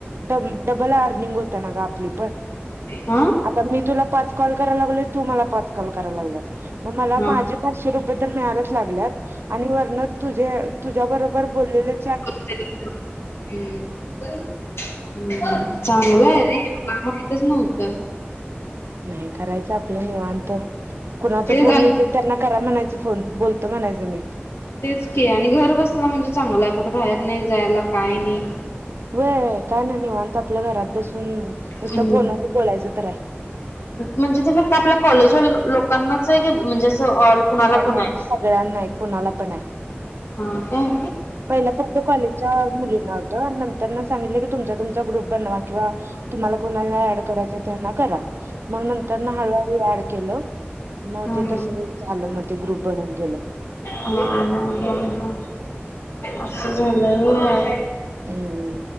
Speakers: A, on the right; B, on the left.
A: डब डबल अर्निंग होत ना गं आपली.
B: हा
A: आता मी तुला पाच कॉल कराय लागलोय, तू मला पाच कॉल करायला लागल्यास. मग मला
B: हा.
A: माझे पाचशे रूप य तर मिळायलाच लागल्यात आणि वरनं तुझ्या बरोबर बोललेले
B: हम्म चांगलं हाय नाय. मला
A: त्याच्यामुळे
B: माहितच नव्हतं.
A: नाही करायचं आपलं निवांत. कुणाचं
B: तेच
A: फोन
B: आणि
A: येतील, त्यांना करा म्हणायचं फोन. बोलतो म्हणायचं मी.
B: तेचकी आणि घर बसल्या म्हणजे चांगलं हाय, कुठं बाहेर नाही जायला, काय नाय.
A: व्हय काय नाय निवांत आपल्या घरात बसून नुसतं
B: हम्म
A: फोनवर बोलायचं तर आहे
B: म्हणजे ते फक्त आपल्या कॉलेजवर लॉ लोकांनाच हाय काय म्हणजे असं सो ऑल कुणालापण
A: नाही नाही
B: हाय.
A: सगळ्यांना आहेत कुणाला पण आहे.
B: हा. काय हा
A: पहिला फक्त कॉलेजच्या मुलींना होतं नंतरना सांगितलं, की तुमचा तुमचा ग्रुप बनवा किंवा तुम्हाला कोणाला ऍड करायचं तेना करा. मग नंतर ना हळूहळू ऍड केलं. मग
B: हं
A: ते
B: हं,
A: तसं झालं मग ते ग्रुप बनत गेलं.
B: हा हा हा हा. अस झालंय होय.
A: हम्म